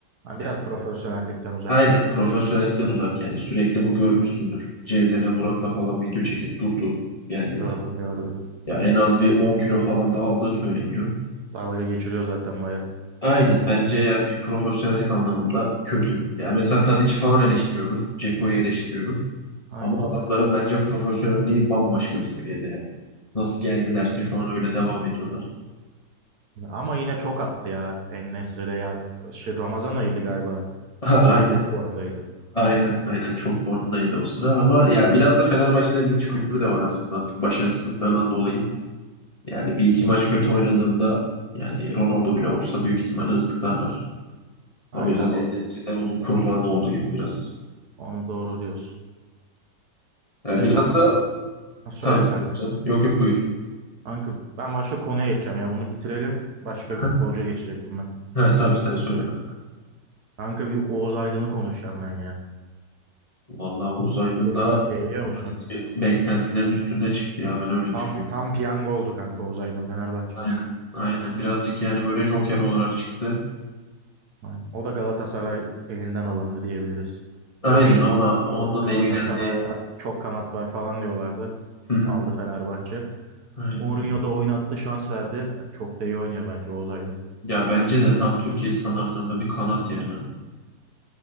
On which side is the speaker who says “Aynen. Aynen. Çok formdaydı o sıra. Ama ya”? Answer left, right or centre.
Left